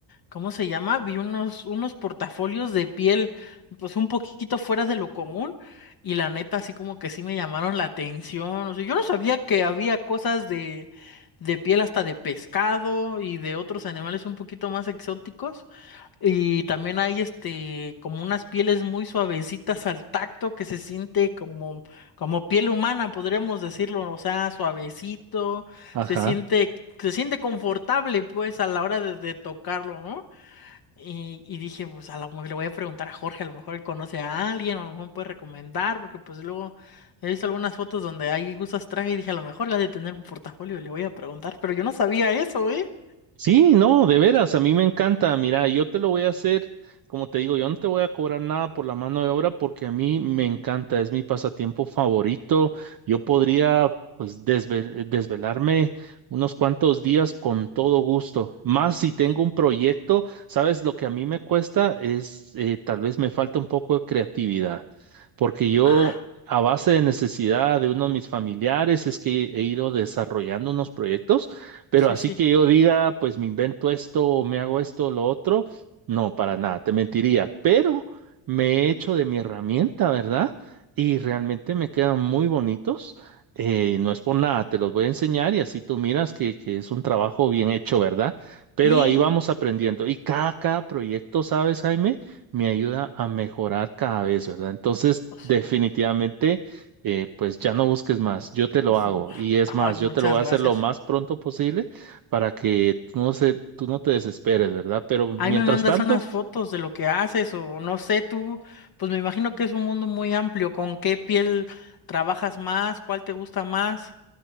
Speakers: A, on the left; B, on the right.
A: ¿cómo se llama? Vi unos, unos portafolios de piel, pues un poquito fuera de lo común, y la neta, así como que sí me llamaron la atención. O sea, yo no sabía que había cosas de, de piel hasta de pescado y de otros animales un poquito más exóticos. Y también hay este como unas pieles muy suavecitas al tacto que se siente como, como piel humana, podríamos decirlo, o sea, suavecito,
B: ajá.
A: se siente, se siente confortable pues a la hora de, de tocarlo, ¿no? Y, y dije, pues a lo mejor le voy a preguntar a Jorge, a lo mejor él conoce a alguien, o a lo mejor puede recomendar, porque pues luego he visto algunas fotos donde hay gustas traje y dije, a lo mejor le ha de tener un portafolio y le voy a preguntar, pero yo no sabía eso, ¿eh?
B: Sí, no, de veras, a mí me encanta. Mira, yo te lo voy a hacer, como te digo, yo no te voy a cobrar nada por la mano de obra porque a mí me
A: Ujú.
B: encanta, es mi pasatiempo favorito. Yo podría, pues, desve- desvelarme unos cuantos días con todo gusto. Más si tengo
A: Dije,
B: un proyecto, sabes, lo que a mí me cuesta es, eh, tal vez me falta un poco de creatividad, porque yo...
A: ah,
B: A base de necesidad de uno de mis familiares es que he ido desarrollando unos proyectos pero
A: sí,
B: así
A: sí.
B: que yo diga, pues me invento esto o me hago esto o lo otro, no, para nada, te mentiría. Pero me he hecho de mi herramienta, ¿verdad? Y realmente me quedan muy bonitos. Eh, no es por nada, te los voy a enseñar y así tú miras que, que es un trabajo bien hecho, ¿verdad? Pero
A: Sí,
B: ahí vamos aprendiendo. Y cada, cada proyecto, ¿sabes, Jaime? Me ayuda a mejorar cada vez, ¿verdad? Entonces,
A: Pues
B: definitivamente
A: Sí.
B: eh, pues ya no busques más, yo te lo
A: Ujú.
B: hago. Y es
A: Ay,
B: más,
A: muchas
B: yo te lo voy a
A: gracias.
B: hacer lo más pronto posible para que tú no se, tú no te desesperes, ¿verdad? Pero mientras
A: Ahí me mandas
B: tanto,
A: unas fotos de lo que haces o no sé, tú, pues me imagino que es un mundo muy amplio. ¿Con qué piel trabajas más? ¿Cuál te gusta más?